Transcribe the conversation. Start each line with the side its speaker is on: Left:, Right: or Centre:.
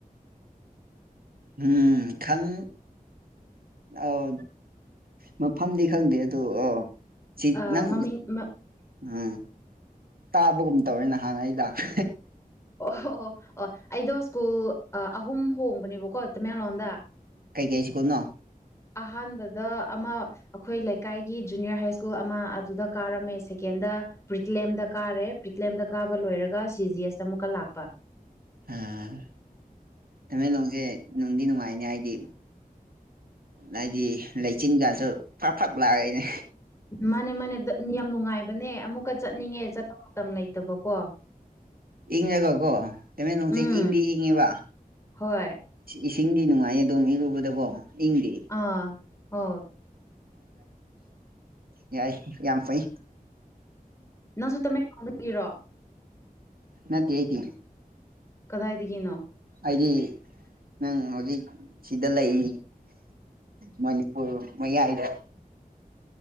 Right: ꯎꯝ ꯈꯪ ꯑꯧ ꯃꯐꯝꯗꯤ ꯈꯪꯗꯦ ꯑꯗꯨꯗꯣ ꯑꯣ ꯁꯤ
Left: ꯑꯥ
Right: ꯅꯪ
Left: ꯃꯃꯤꯡ ꯑꯣ
Right: ꯎꯝ ꯇꯥꯕꯒꯨꯝ ꯇꯧꯋꯦ ꯅꯍꯥꯟ ꯑꯩ ꯂꯥꯛ <unintelligible>
Left: ꯑꯣꯍꯣ ꯑꯣ ꯑꯩꯗꯣ ꯁ꯭ꯀꯨꯜ ꯑꯍꯨꯝ ꯍꯣꯡꯕꯅꯦꯕꯀꯣ ꯇꯃꯦꯡꯂꯣꯡꯗ
Right: ꯀꯩꯀꯩ ꯁ꯭ꯀꯨꯜꯅꯣ
Left: ꯑꯍꯥꯟꯕꯗ ꯑꯃ ꯑꯩꯈꯣꯏ ꯂꯩꯀꯥꯏꯒꯤ ꯖꯨꯅꯤꯌꯔ ꯍꯥꯏ ꯁ꯭ꯀꯨꯜ ꯑꯃ ꯑꯗꯨꯗ ꯀꯥꯔꯝꯃꯦ ꯁꯦꯀꯦꯟꯗ ꯄ꯭ꯔꯤꯠꯂꯦꯝꯗ ꯀꯥꯔꯦ ꯄ꯭ꯔꯤꯠꯂꯦꯝꯗ ꯀꯥꯕ ꯂꯣꯏꯔꯒ ꯁꯤ ꯖꯤ ꯑꯦꯁꯇ ꯑꯃꯨꯛꯀ ꯂꯥꯛꯄ
Right: ꯑꯝ ꯇꯃꯦꯡꯂꯣꯡꯖꯦ ꯅꯨꯡꯗꯤ ꯅꯨꯡꯉꯥꯏꯅꯦ ꯍꯥꯏꯗꯤ ꯍꯥꯏꯗꯤ ꯂꯩꯆꯤꯟ ꯀꯥꯁꯨ ꯐꯥꯠ ꯐꯥꯠ ꯂꯥꯛꯑꯦꯅꯦ
Left: ꯃꯥꯅꯦ ꯃꯥꯅꯦ ꯌꯥꯝ ꯅꯨꯡꯉꯥꯏꯕꯅꯦ ꯑꯃꯨꯛꯀ ꯆꯠꯅꯤꯡꯉꯦ ꯆꯠꯄ ꯃꯇꯝ ꯂꯩꯇꯕꯀꯣ꯫
Right: ꯏꯪꯉꯒ ꯀꯣ ꯇꯃꯦꯂꯣꯡꯖꯦ
Left: ꯎꯝ
Right: ꯏꯪꯗꯤ ꯏꯪꯉꯦꯕ꯫
Left: ꯍꯣꯏ
Right: ꯏꯁꯤꯡꯗꯤ ꯅꯨꯡꯉꯥꯏꯌꯦ ꯑ ꯑꯗꯨꯝ ꯏꯔꯨꯕꯗꯀꯣ ꯏꯪꯗꯦ꯫
Left: ꯑꯥ ꯍ
Right: ꯌꯥꯏ ꯌꯥꯝ ꯐꯩꯝ
Left: ꯅꯪꯖꯨ ꯇꯃꯦꯡꯂꯣꯡꯗꯒꯤꯔꯣ꯫
Right: ꯅꯠꯇꯦ ꯑꯩꯗꯤ꯫
Left: ꯀꯗꯥꯏꯗꯒꯤꯅꯣ꯫
Right: ꯑꯩꯗꯤ ꯅꯪ ꯍꯧꯖꯤꯛ ꯁꯤꯗ ꯂꯩ ꯃꯅꯤꯄꯨꯔ ꯃꯌꯥꯏꯗ꯫